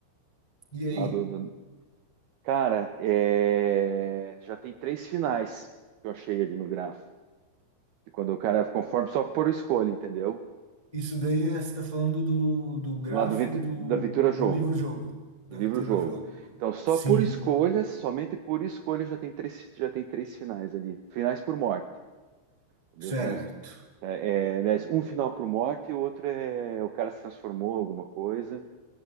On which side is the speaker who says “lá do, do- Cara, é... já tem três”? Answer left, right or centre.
Right